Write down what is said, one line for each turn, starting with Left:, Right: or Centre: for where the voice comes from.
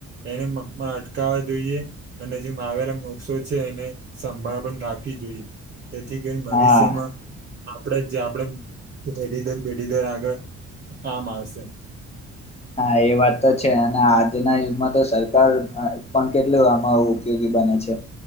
Right: એને મમાં <unintelligible> અટકાવવા જોઈએ અને જે વાવેલા વૃક્ષો છે એને સંભાળ પણ રાખી. જોઈ તેથી કરી ભવિષ્યમાં
Left: હા
Right: આપણે જ આપણેે પેઢી દર પેઢી દર આગળ કામ આવશે.
Left: હા એ વાત તો છે અને આજના યુગમાં તો સરકાર પણ કેટલું આમાં ઉપયોગી બને છે.